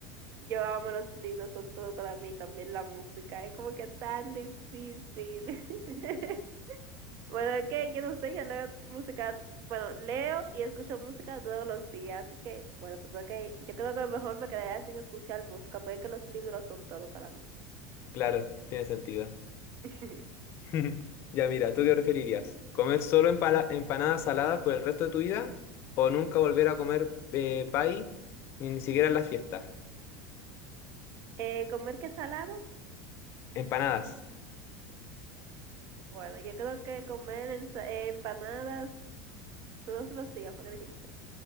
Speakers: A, on the right (about 40°); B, on the left (about 35°).
A: yo amo los libros, son todo para mí, también la música, es como que tan difícil. <laughs> Bueno, es que yo no sé, yo leo música, bueno, leo y escucho música todos los días, así que, bueno, pues ok, yo creo que mejor me quedaría sin escuchar música, porque es que los libros son todo para mí.
B: claro, tiene sentido.
A: <laughs>
B: <laughs> Ya mira, ¿tú qué preferirías? ¿Comer solo empala- empanadas saladas por el resto de tu vida o nunca volver a comer eh, pay ni, ni siquiera en las fiestas?
A: eh, ¿comer qué salado?
B: Empanadas,
A: Bueno, yo creo que comer ensa- eh, empanadas todos los días, fue que dijiste.